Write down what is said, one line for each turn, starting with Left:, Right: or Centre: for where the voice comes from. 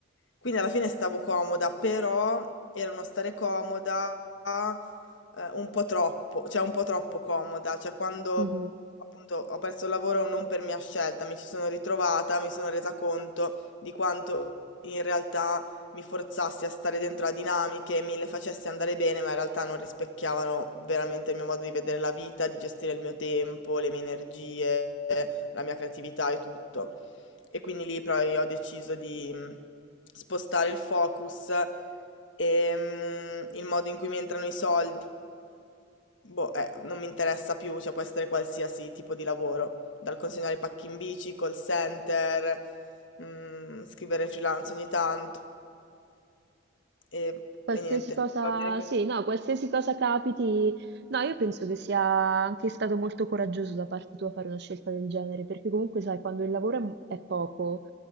Left: Quindi alla fine stavo comoda, però era uno stare comoda eh, un po' troppo, cioè un po' troppo comoda, cioè quando
Right: Mhm.
Left: appunto, ho perso il lavoro non per mia scelta, mi ci sono ritrovata, mi sono resa conto di quanto in realtà mi forzassi a stare dentro a dinamiche, mi le facessi andare bene, ma in realtà non rispecchiavano veramente il mio modo di vedere la vita, di gestire il mio tempo, le mie energie, la mia creatività e tutto. E quindi lì poi ho deciso di mm, spostare il focus e mm, il modo in cui mi entrano i soldi Boh, eh, non mi interessa più, cioè può essere qualsiasi tipo di lavoro, dal consegnare pacchi in bici, call center, mm, scrivere freelance ogni tanto e,
Right: Qualsiasi
Left: e niente,
Right: cosa,
Left: va bene così.
Right: sì, no, qualsiasi cosa capiti, no, io penso che sia anche stato molto coraggioso da parte tua fare una scelta del genere, perché comunque sai, quando il lavoro è m- è poco,